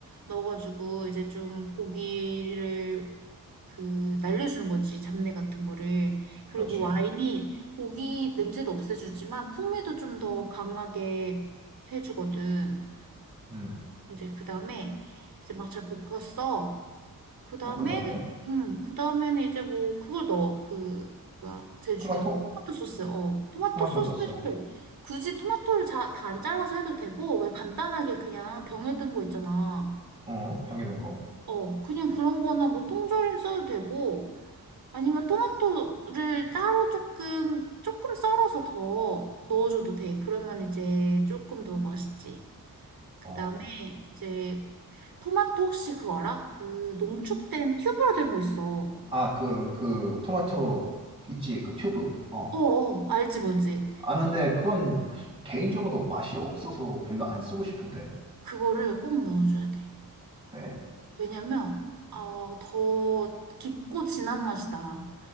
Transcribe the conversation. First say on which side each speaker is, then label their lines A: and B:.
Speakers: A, on the right (about 75°); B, on the right (about 15°).
A: 넣어가지고 이제 좀 고기를 그 날려주는 거지, 잡내 같은 거를. 그리고
B: 그렇지.
A: 와인이 고기 냄새도 없애주지만 풍미도 좀 더 강하게 해주거든.
B: 음,
A: 이제 그다음에 이제 막 잘 볶았어. 그 다음에,
B: 볶은 다음에.
A: 음, 그 다음에는 이제 뭐, 그걸 넣어. 그, 뭐야, 제일
B: 토마토?
A: 중요한 거. 토마토 소스. 어. 토마토
B: 토마토
A: 소스를,
B: 소스.
A: 굳이 토마토를 다 안 잘라서 해도 되고, 왜 간단하게 그냥 병에 든 거 있잖아.
B: 어, 병에 든 거.
A: 어, 그냥 그런 거나 뭐 통조림 써도 되고, 아니면 토마토를 따로 조금, 조금 썰어서 더 넣어줘도 돼. 그러면 이제 조금 더 맛있지. 그
B: 어.
A: 다음에 이제 토마토 혹시 그거 알아? 그 농축된 튜브로 된 거 있어.
B: 아, 그, 그, 토마토 있지, 그 튜브. 어.
A: 어어, 알지 뭔지.
B: 아, 근데 그건 개인적으로 맛이 없어서 별로 안 쓰고 싶은데.
A: 그거를 꼭 넣어줘야 돼.
B: 그래?
A: 왜냐면, 어, 더 깊고 진한 맛이 나.